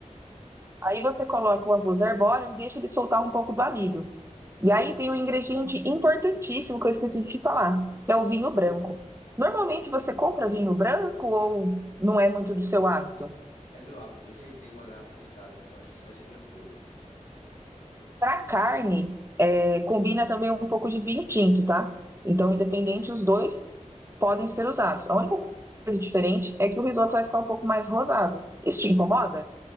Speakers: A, on the right; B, on the left.
A: Aí você coloca o arroz arbóreo e deixa ele soltar um pouco do amido. E aí tem um ingrediente importantíssimo que eu esqueci de te falar, que é o vinho branco. Normalmente você compra vinho branco ou não é muito do seu hábito?
B: É do meu hábito, eu sempre tenho uma garrafa aqui em casa, então acho que isso vai ser tranquilo.
A: Para carne, é, combina também um pouco de vinho tinto, tá? Então, independente, os dois podem ser usados. A única coisa diferente é que o risoto vai ficar um pouco mais rosado. Isso te incomoda?